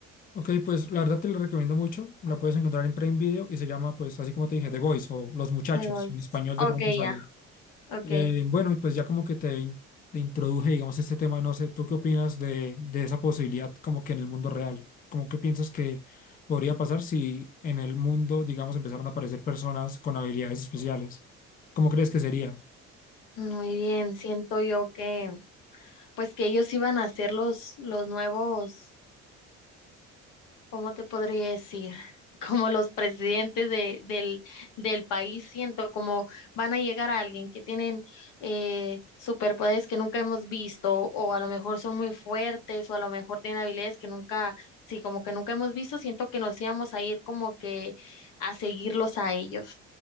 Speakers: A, on the left (about 25°); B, on the left (about 75°).
A: Ok, pues la verdad te lo recomiendo mucho. La puedes encontrar en Prime Video y se llama, pues, así como te dije, The Boys o Los Muchachos.
B: Le doy-
A: En español de
B: Ok,
A: pronto sale.
B: ya, ok.
A: Eh, bueno, y pues ya como que te, in- te introduje, digamos, este tema, no sé, ¿tú qué opinas de, de esa posibilidad como que en el mundo real? ¿Cómo que piensas que podría pasar si en el mundo, digamos, empezaran a aparecer personas con habilidades especiales? ¿Cómo crees que sería?
B: Muy bien, siento yo que, pues que ellos iban a ser los, los nuevos ¿Cómo te podría decir? <laughs> Como los presidentes de, del, del país, siento como van a llegar a alguien que tienen eh, superpoderes que nunca hemos visto, o a lo mejor son muy fuertes, o a lo mejor tienen habilidades que nunca, sí, como que nunca hemos visto, siento que nos íbamos a ir como que a seguirlos a ellos,